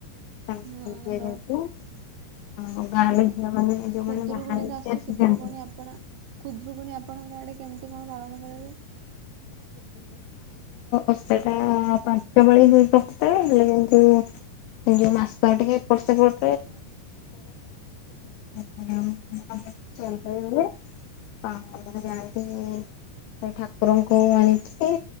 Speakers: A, on the right (about 80°); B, on the left (about 85°).
A: ହୁଁ
B: ତାଙ୍କୁ
A: ହୁଁ
B: ଦିଆଯାଉଥିଲା।
A: ତ
B: ଆଉ ଗାଁର
A: ହୁଁ
B: ଝିଅ ମାନେ ଯୋଉମାନେ
A: ଖୁଦୁରୁକୁଣି
B: ବାହା ହେଇକି
A: ତ ଆସୁଛି
B: ଆସିଛନ୍ତି
A: ଖୁଦରୁକୁଣି ଆପଣ। ଖୁଦୁରୁକୁଣୀ ଆପଣଙ୍କ ଆଡେ କେମିତି କଣ ପାଳନ କରା ଯାଏ?
B: ଓଷାଟା ପାଞ୍ଚ ପାଳି ହୁଏ ପ୍ରତି ପାଳି ହେଲେ କିନ୍ତୁ। ଏ ଯୋଉ ମାସ ଟିକେ ଏପଟ ସେପଟ
A: ମାମୁନ ଦିଦି।
B: <unintelligible> ଚୋରି ଫୋରି ହୁଏ। ହଁ ଆପଣ ଯାଆନ୍ତି ସେ ଠାକୁର ଙ୍କୁ ଆଣିକି